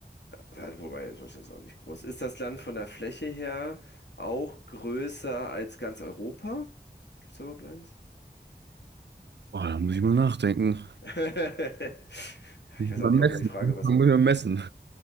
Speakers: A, on the left; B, on the right.
A: Äh, wobei Deutschland ist auch nicht groß. Ist das Land von der Fläche her auch größer als ganz Europa? Gibt es überhaupt eins?
B: Boah, da muss ich mal nachdenken.
A: <laughs> Ja,
B: Muss
A: Ich weiß
B: ich mal
A: auch nicht,
B: messen.
A: ob wir die Frage was.
B: Man muss ja messen.